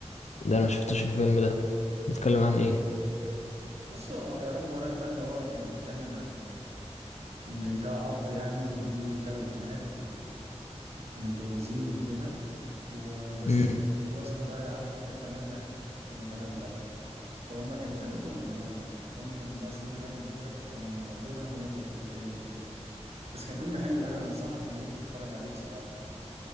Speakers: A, on the left; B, on the right.
A: ده انا ما شفتوش الفيلم ده بيتكلم عن ايه
B: بص هو يا رب ولد ده اللي هو كان بيتكلم عن ان ده اب يعني وليه ثلاث بنات و... ومتجوزين وكده وبس
A: امم
B: جوازهم بقى عارف انت التنابلة كانوا تنابلة بقى فهم كان فيلم كوميدي يعني فهم كان بقى سمير غانم وكده فكانوا مقضينها كوميديا طول الفيلم وكده بس كان فيلم حلو يعني انا انصحك ان انت تتفرج عليه بصراحة يعني